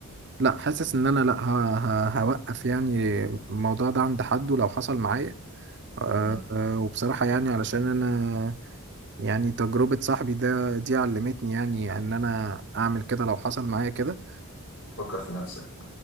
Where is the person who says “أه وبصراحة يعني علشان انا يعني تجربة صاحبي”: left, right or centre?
Right